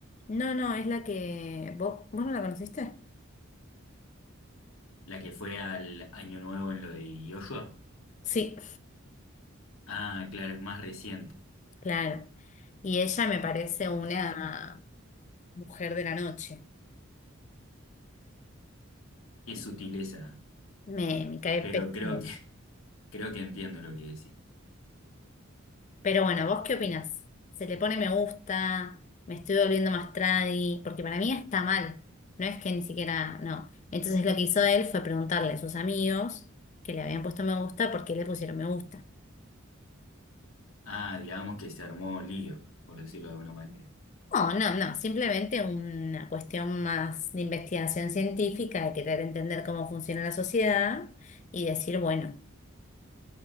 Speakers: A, on the left (about 35°); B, on the left (about 80°).
A: No, no, es la que... ¿Vos, vos no la conociste?
B: ¿La que fue al Año Nuevo en lo de Yoshua?
A: Sí,
B: Ah, claro, es más reciente.
A: claro. Y ella me parece una mujer de la noche.
B: Qué sutileza.
A: Me, me cae
B: Pero
A: pésimo.
B: creo que, <laughs> creo que entiendo lo que decís.
A: Pero bueno, ¿vos qué opinás? ¿Se le pone me gusta? ¿Me estoy volviendo más tradi? Porque para mí está mal. No es que ni siquiera... No. Entonces lo que hizo él fue preguntarle a sus amigos que le habían puesto me gusta por qué le pusieron me gusta.
B: Ah, digamos que se armó lío, por decirlo de alguna manera.
A: No, no, no, simplemente una cuestión más de investigación científica, de querer entender cómo funciona la sociedad y decir, bueno,